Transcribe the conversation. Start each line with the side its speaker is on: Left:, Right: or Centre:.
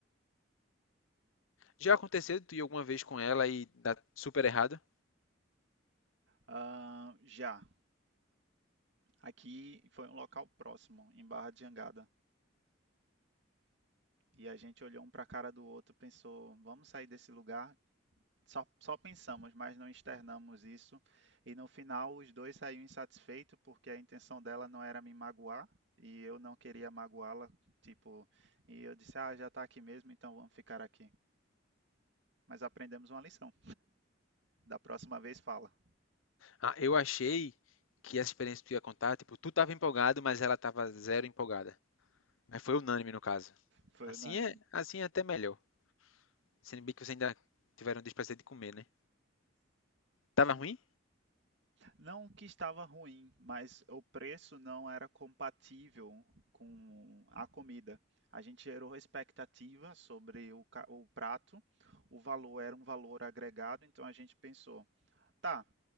Left: Já aconteceu de tu ir alguma vez com ela e dar super errado?
Right: Ah, já, aqui foi um local próximo, em Barra de Jangada. E a gente olhou um para a cara do outro, pensou: vamos sair desse lugar Só, só pensamos, mas não externamos isso. E no final, os dois saíram insatisfeitos porque a intenção dela não era me magoar e eu não queria magoá-la. Tipo, e eu disse: Ah, já tá aqui mesmo, então vamos ficar aqui. Mas aprendemos uma lição. Da próxima vez, fala.
Left: Ah, eu achei que essa experiência que tu ia contar, tipo, tu tava empolgado, mas ela tava zero empolgada. Mas foi unânime no caso.
Right: Foi
Left: Assim
Right: unânime.
Left: é, assim é até melhor. Sendo bem que vocês ainda tiveram o desprazer de comer, né? Tava ruim?
Right: Não que estava ruim, mas o preço não era compatível com a comida. A gente gerou expectativa sobre o, ca- o prato, o valor era um valor agregado, então a gente pensou, tá,